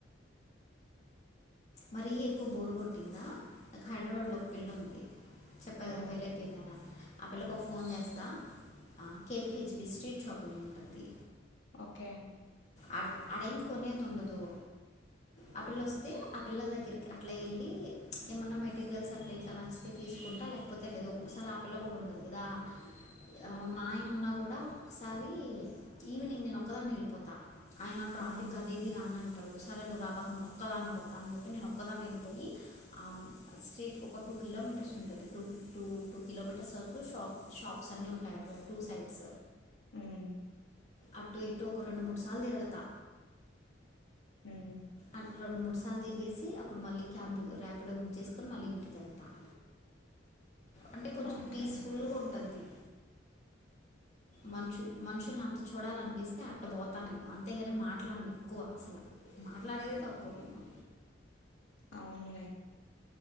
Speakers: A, on the left (about 35°); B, on the left (about 80°).
A: మరీ ఎక్కువ బోరు కొట్టిందా ఇక హైదరాబాద్ లో ఒక పిళ్ళ ఉంది చెప్ప కదా
B: ఆ!
A: పెళ్ళి అయిపోయిందన్న ఆ పిల్లకి ఒక ఫోన్ చేస్తా K P H P street shopping ఉంటుంది
B: ఓకే
A: ఆడ అడేం కొనేది ఉండదు ఆ పిల్ల వస్తే ఆ పిల్ల దగ్గరికి అట్లా వెళ్ళి ఏమన్నా మెటీరియల్స్ అట్లా ఇట్లా నచ్చితే తీసుకు కుంటా లేకపోతే లేదు ఒక్కొక్కసారి ఆ పిల్ల కూడా ఉండదు కదా ఆ మా ఆయన ఉన్నా కూడా ఒక్కొక్కసారి ఈవినింగ్ నేను ఒక్కదాన్నే వెళ్ళిపోతా ఆయన ట్రాఫిక్
B: హ్మ్.
A: అది ఇది రానన్ అంటాడు సరే నువ్వు రాబాక నన్న ఒక్కదాని అయి పోతా అని చెప్పి నేను ఒక్కదాని వెళ్ళిపోయి ఆ స్ట్రీట్ ఒక టూ టూ కిలోమీటర్స్ ఉంటది టూ టూ టూ కిలోమీటర్స్ వరకు షాప్ షాప్స్ అన్ని ఉంటాయి టూ సైడ్స్
B: మ్మ్
A: అటు ఇటు ఒక రెండు మూడు సార్లు తిరగతా
B: హ్మ్.
A: అట్ రెండు మూడు సార్లు తిరిగేసి అప్పుడు మళ్ళీ క్యాబ్ బు రర్యాపిడో బుక్ చేసుకొని మళ్ళీ ఇంటికెళ్తాను అంటే కొంచెం
B: ఓకే.
A: పీస్ఫుల్గా ఉంటుంది మనుషులు మనుషుల్ని అంత చూడాలనిపిస్తే అట్టపోతాను నేను అంతేగాని మాట్లాడను ఎక్కువ అసలు మాట్లాడేదే తక్కువ నేను
B: అవునులే